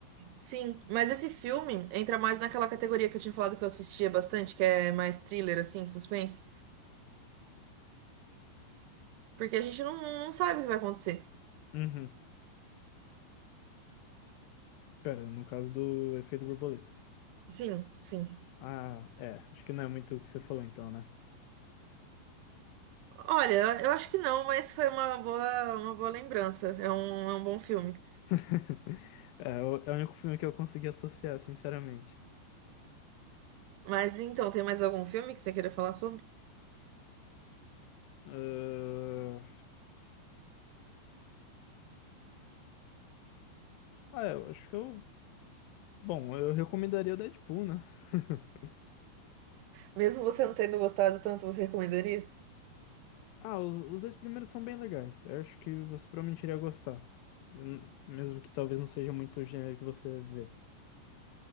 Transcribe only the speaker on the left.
Uhum. Pera, no caso do efeito borboleta.
Ah, é. Acho que não é muito o que você falou então, né?
<laughs> É, o- é o único filme que eu consegui associar, sinceramente.
Ah, Ah, é, eu acho que eu. Bom, eu recomendaria o Deadpool, né? <laughs>
Ah, os, os dois primeiros são bem legais. Eu acho que você provavelmente iria gostar. Eu Mesmo que talvez não seja muito o gênero que você vê.